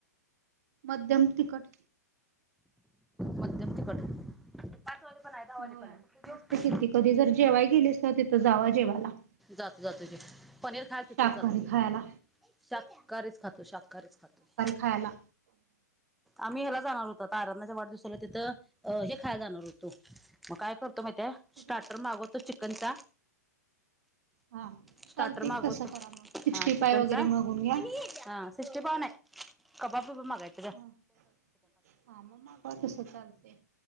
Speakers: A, on the right; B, in the centre.
A: मध्यम तिकट
B: मध्यम तिखट पाचवाली पण आहे दहावाली
A: हो
B: पण आहे कुठली देऊ
A: मस्त केलती कधी जर जेवाय गेलीस तर तिथं जावा जेवायला
B: जात जातो ग पनीर खायला तिथंच
A: शाकाहारी
B: जातोय ग
A: खायला.
B: शाकाहारीच खातो शाकाहारीच खातो
A: खायाला
B: आम्ही ह्याला जाणार होत आराधनाच्या वाढदिवसाला तिथं अ हे खाय जाणार होतो मग काय करतो माहिती हे
A: कुठं
B: स्टार्टर मागवतो चिकनचा
A: हा
B: स्टार्टर
A: चालते
B: मागवतो
A: तसं करा मग सिक्स्टी
B: हा चिकनचा
A: फाय वगैरे मागून घ्या
B: हा सिष्टी पाव ना नाही कबब वबाब मगायच
A: हा मगग तस चालते